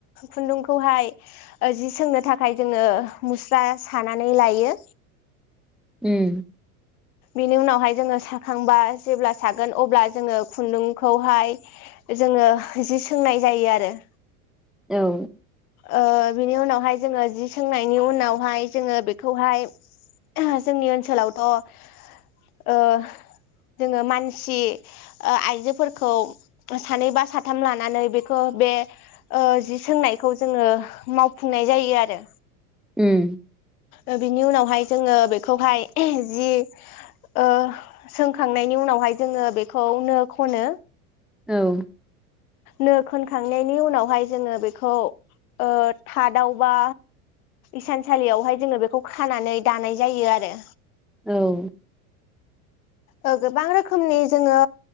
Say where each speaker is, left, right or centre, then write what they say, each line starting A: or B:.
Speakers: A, on the left (about 75°); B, in the centre.
A: खुन्दुंखौहाय ओ जि सोंनो थाखाय जोंङो मुस्रा सानानै लायो।
B: उम
A: बिनि उनावहाय जोङो साखांबा जेब्ला सागोन अब्ला जोंङो खुन्दुंखौहाय जोंङो जि सोंनाय जायो आरो
B: औ
A: ओ बिनि उनावहाय जोंङो जि सोंनायनि उनावहाय जोंङो बेख खौहाय जोंनि ओनसोलावथ ओ जोङो मानसि ओ आइजोफोरखौ सानै बा साथाम लानानै बेखौ बे ओ जि सोंनाय खौ जोङो मावफुंनाय जायो आरो
B: उम
A: ओ बिनि उनावहाय जोङो बेखौहाय जि ओ सोंखांनायनि उनावहाय जोङो बेखौ नो खनो।
B: औ
A: नो खोनखांनायनि उनावहाय जोङो बेखौ ओ थादाव बा इसानसालियावहाय जोङो बेखौ खानानै दानाय जायो आरो
B: औ
A: ओ गोबां रोखोमनि जोङो